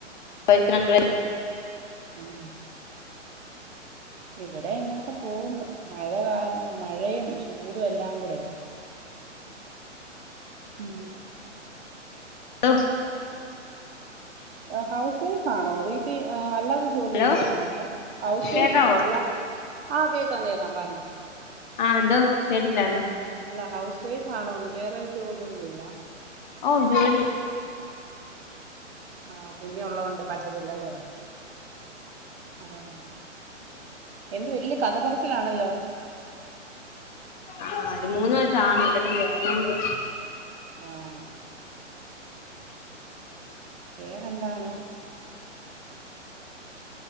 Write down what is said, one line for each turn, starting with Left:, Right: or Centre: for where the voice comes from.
Left: വയസ്സ് രണ്ട് വയ
Right: ഉം
Left: അം
Right: ഇവിടെ ഇങ്ങനൊക്കെ പോകുന്നു മഴ കാരണം മഴയും ചൂടും എല്ലാം കൂടെ ഉം
Left: ടൊ
Right: ഹൗസ് വൈഫ് ആണോ വീട്ടി ആഹ് അല്ലാതെ ജോലിയൊന്നും
Left: ഹലോ
Right: നോക്കുന്നില്ല ഹൗസ്
Left: കേക്കാവോ
Right: വൈഫ ആണോ അല്ല ആഹ് കേക്കാം കേക്കാം പറഞ്ഞു
Left: ആഹ് എന്തോ കേട്ടില്ലാരുന്നു
Right: അല്ല ഹൗസ് വൈഫ് ആണോന്ന് വേറെ ജോബോന്നുഇല്ല
Left: ഓഹ് ജോലി
Right: ആഹ് കുഞ്ഞഉള്ളോണ്ട് പറ്റത്തില്ലല്ലേ ആഹ് എന്ത് വലിയ കഥപറച്ചി ലാണല്ലോ
Left: ആഹ് ഒരു മൂന്ന് വയസ്സ് ആണം എവിടേലും കേറണോങ്കി
Right: ആഹ് വേറെന്താണ്